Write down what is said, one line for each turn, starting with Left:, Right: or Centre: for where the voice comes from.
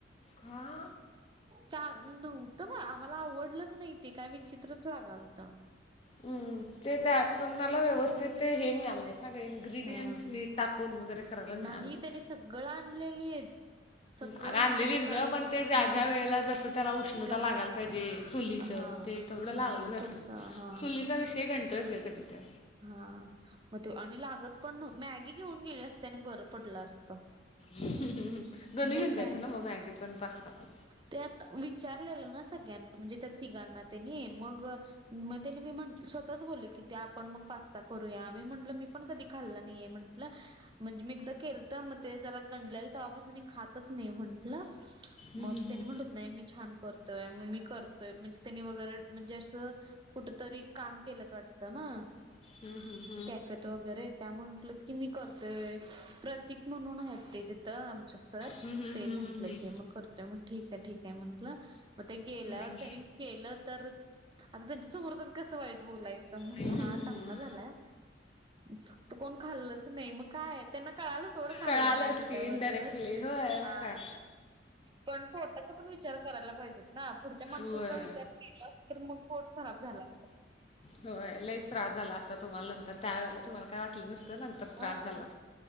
Left: हा
Right: चांगधऊत ब आम्हाला आवडलंच नाही ते काय विचित्रच लागाल तर
Left: हम्म ते त्या तुम्हाला व्यवस्थित ते हे मी आणत ना काही इ््रीडियंट्सनीी
Right: हा
Left: टाकून वगैरे करायला
Right: नाही
Left: मिळाले
Right: त्याने सगळं आणलेली आहेत सगळं
Left: ह रालेलीत
Right: म्हणजे तू काय
Left: ग पण ते ज्या
Right: हा
Left: ज्या वेळेला जस त्याला उष्णता
Right: ग-
Left: लागायला
Right: हा
Left: पाहिजे चुलीच
Right: हा
Left: ते तेवढं लागलं
Right: हम्म
Left: नस
Right: तस हा
Left: चुलीचा विषय ते घंटंच घ की तर
Right: हा मग ते आणि लागत पण मॅगी घेऊन गेले असते आणि बरं पडलं असतं
Left: ह हम दोन्ही
Right: मग
Left: घऊन
Right: काय
Left: जायचं ना मग मॅगी पण पास्ता पण
Right: त्यात विचारलेलं ना सगळ्यां म्हणजे त्या तिघण ना त्यानी मग मग त्यानी मी म्हट स्वतःच बोलल की ते पण मग पास्ता करूया म म्हटलं मी पण कधी खाल्लं नाहीे म्हटलं म्हणजे मी एकदा केल तर मग ते जरा गंडले तेव्हापासून मी खातच नाही म्हंटलं
Left: हम्म,
Right: मग
Left: हम्म, हम्म.
Right: त्यानी म्हणटत नाही मी छान करतोय मग मी करतोय म्हणजे त्यांनी वगैरे म्हणजे असं कुठ तरी काम केलत वाटतं ना
Left: हम हम
Right: कॅफेत वगैरे त्या म्हटल की मी करतेोय प्रत्य तिक म्हणून आहेत ते तिथं आमचं सर
Left: हम्म, हम्म,
Right: ते
Left: हम्म,
Right: म्हटलं
Left: हम्म, हम्म.
Right: की मग करतोय मग ठीक आहे ठीक आहे म्हंटलं मग ते गेल्यावर
Left: हम्म,
Right: त्यानी केलं तर आता त्यांच्या समोर कसं वाईट बोलायचं मग
Left: हम्म.
Right: ल
Left: हम्म.
Right: हात चांगला झालाय फक्त कोण खाल्लंच नाही मग काय त्यांना कळाला सोडं खाल्लं
Left: कळालंच
Right: नाही त्याच्यावर
Left: की इनडायरेक्टली होय
Right: हा
Left: मग काय
Right: पण पोटाचा पण विचार करायला पाहिजे ना पुढच्या माणसाचा
Left: होय
Right: विचार केला अस तर मग पोट खराब झाला
Left: हो लईच त्रास झाला असता तुम्हाला नंतर त्या वेळेला तुम्हाला काय वाटलं नसतं नंतर त्रास
Right: हा
Left: झाला